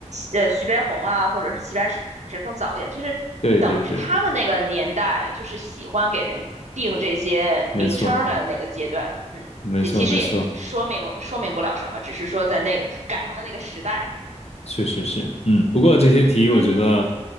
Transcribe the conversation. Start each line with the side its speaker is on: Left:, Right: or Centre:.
Right: 呃，徐悲鸿啊，或者是齐白石更早一点，就是等于是他们那个年代就是喜欢给人定这些名称的那个阶段。
Left: 对对对对，没错
Right: 嗯，
Left: 没错没错，
Right: 也其实也说明说明不了什么，只是说在那个赶上了那个时代。
Left: 确实是，嗯，不过这些题我觉得
Right: 嗯嗯，